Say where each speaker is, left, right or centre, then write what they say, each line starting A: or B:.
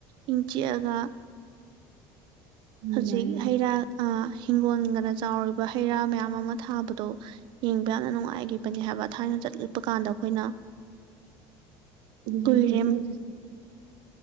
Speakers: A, on the right (about 65°); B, on the right (about 85°).
A: ꯏꯪ ꯆꯤꯛ ꯑꯒ
B: ꯅꯨꯡꯉꯥꯏꯌꯦ
A: ꯍꯧꯖꯤꯛ ꯍꯩ ꯔꯥ ꯑꯥ ꯍꯤꯡꯒꯣꯜꯒꯅ ꯆꯥꯎꯔꯤꯕ ꯍꯩ ꯔꯥ ꯃꯌꯥꯝ ꯑꯃ ꯊꯥꯕꯗꯣ ꯌꯦꯡꯕ ꯌꯥꯝꯅ ꯅꯨꯡꯉꯥꯏꯒꯤꯕꯅꯤ ꯍꯥꯏꯕ ꯊꯥꯏꯅ ꯆꯠꯂꯄ ꯀꯥꯟꯗ ꯑꯩꯈꯣꯏꯅ
B: ꯏ
A: ꯀꯨꯏꯔꯦ
B: ꯃꯖꯦ ꯍꯧꯖꯤꯛ